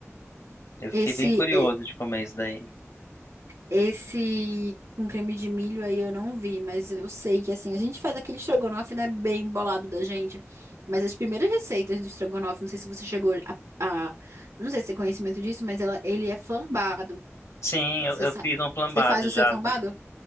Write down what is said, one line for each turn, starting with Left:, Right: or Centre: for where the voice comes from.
Left: Eu fiquei
Right: Esse,
Left: bem curioso
Right: é-
Left: de comer isso daí.
Right: esse com creme de milho aí eu não vi, mas eu sei que assim, a gente faz aquele estrogonofe, né, bem bolado da gente, mas as primeiras receitas do estrogonofe, não sei se você chegou a, a- não sei se você tem conhecimento disso, mas ela, ele é flambado.
Left: Sim, eu,
Right: Você
Left: eu
Right: sabe,
Left: fiz um flambado
Right: você faz o
Left: já.
Right: seu flambado?
Left: só que